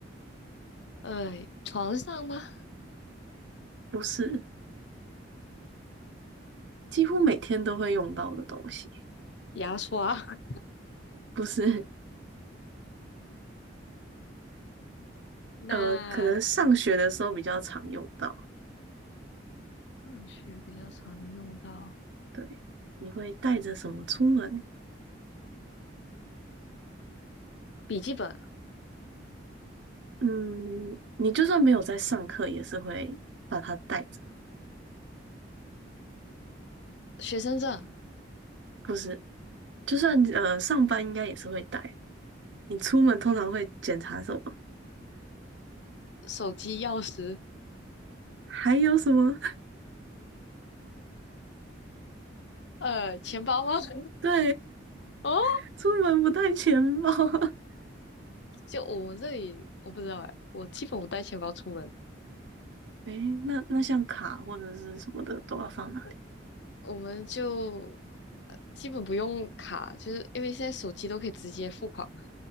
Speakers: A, on the left; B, on the right.
A: 呃，床上吗？
B: 不是，几乎每天都会用到的东西。
A: 牙刷。
B: 不是，
A: <laughs>
B: 呃，
A: 那
B: 可能上学的时候比较常用到。
A: 上学比较常用到。
B: 对，你会带着什么出门？
A: 笔记本、
B: 嗯，你就算没有在上课，也是会把它带着。
A: 学生证、
B: 不是，就算呃上班，应该也是会带。你出门通常会检查什么？
A: 手机、钥匙，
B: 还有什么？
A: 呃，钱包吗？<laughs>
B: <laughs> 对，
A: 哦，
B: <laughs> 出门不带钱包。<laughs>
A: 就我们这里我不知道哎，我基本不带钱包出门，
B: 诶，那那像卡或者是什么的都要放哪里？
A: 我我们就呃基本不用卡，就是因为现在手机都可以直接付款嘛。